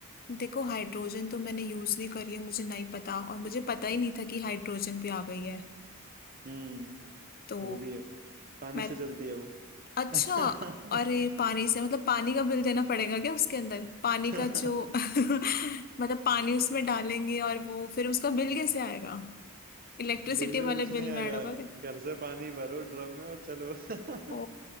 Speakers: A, on the left; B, on the right.
A: देखो हाइड्रोजन तो मैंने यूज नहीं करी है मुझे नहीं पता और मुझे पता ही नहीं था कि हाइड्रोजन भी आ गई है
B: हम्म
A: तो
B: वो भी है पानी
A: मैं
B: से चलती है वो
A: अच्छा
B: <laughs>
A: अरे पानी से मतलब पानी का बिल देना पड़ेगा क्या उसके अंदर पानी
B: बिल
A: का जो <laughs> मतलब पानी उसमें डालेंगे और वो फिर उसका बिल कैसे आएगा इलेक्ट्रिसिटी
B: बिल
A: वाले
B: कुछ नहीं
A: बिल
B: आएगा
A: में ऐड होगा क्या
B: घर से पानी भरो ड्रम में और चलो <laughs>
A: ओ